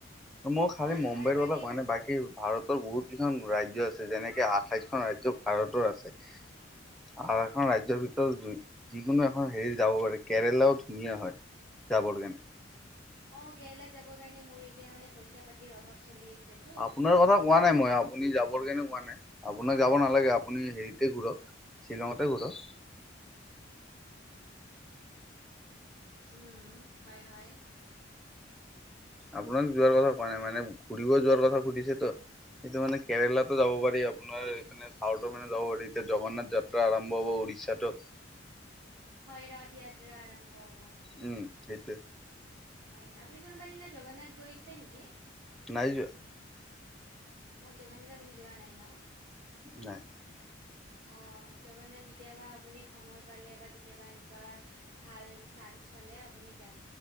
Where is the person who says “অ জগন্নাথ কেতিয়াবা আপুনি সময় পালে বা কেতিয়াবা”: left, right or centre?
Right